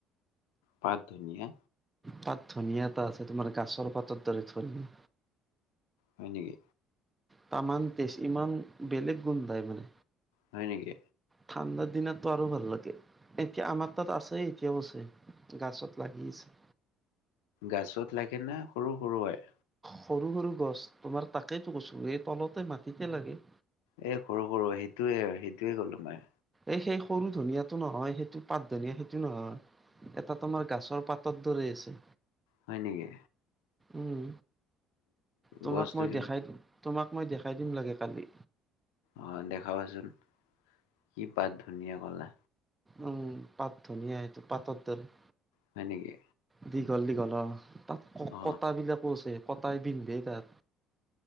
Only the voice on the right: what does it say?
পাত ধনিয়া এটা আছে তোমাৰ গাছৰ পাতৰ দৰে ধনিয়া।
তামান তেজ ইমান বেলেগ গোন্ধায় মানে।
ঠাণ্ডাৰ দিনটো আৰু ভাল লাগে, এতিয়া আমাৰ তাত আছেই এতিয়াও আছে। গাছত লাগি আছে।
সৰু সৰু গছ তোমাৰ তাকেইতো কছো এই তলতে মাটিতে লাগে।
এই সেই সৰু ধনিয়াটো নহয় সেইটো পাত ধনিয়া সেইটো নহয়। এটা তমাৰ গাছৰ পাতত দৰে আছে।
উম, তোমাক
মই
দেখাই দিম। তোমাক মই দেখাই দিম লাগে কালি।
উম পাত ধনিয়া সেইটো পাতৰ দৰে
দীঘল দীঘল অ তাত ক
কটা বিলাকো আছে কটাই বিন্ধে তাক।